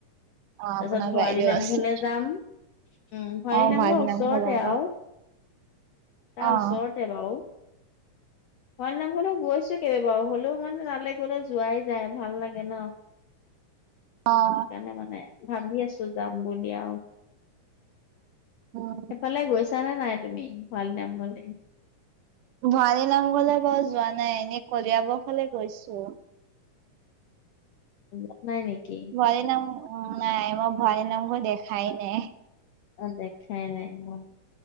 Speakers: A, on the right; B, on the left.
A: অ',
B: তাছত
A: আপোনাৰ
B: ভৰালী
A: বাইদেউ
B: নামঘলে
A: আছে,
B: যাম উম ভৰালী
A: অ',
B: নামঘঅ
A: ভাইটিৰ
B: ওচৰতে
A: নামঘৰ যাব।
B: আও।
A: অ',
B: তা ওচৰত তে বাও ভৰালী নামঘৰলে গৈছোঁ কেইবেবাও হ'লেও মান তালে গ'লে যোৱাই যায় ভাল লাগে ন
A: অ'।
B: সেকাণে মানে ভাবি আছোঁ যাম বুলি আও।
A: উম।
B: সেফালে গৈছানে নাই তুমি ভৰালী নামঘৰলে?
A: ভৰালী নামঘৰলে বাও যোৱা নাই এনেই কলিয়াব্ ফালে গৈছোঁ।
B: <unintelligible> নাই নিকি?
A: <unintelligible> নাম উম নাই ম ভৰালী নামঘৰ দেখাই নাই।
B: অ', দেখাই নাই ন